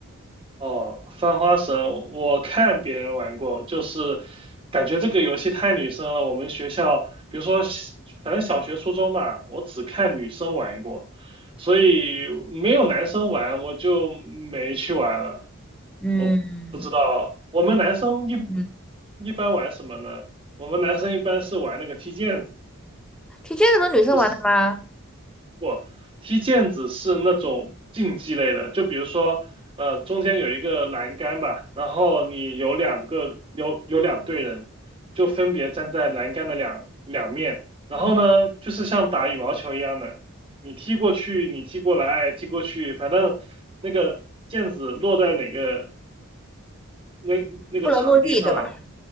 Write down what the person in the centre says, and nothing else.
嗯
嗯，
踢毽子不是女生玩的吗？
嗯，
不能落地，对吧？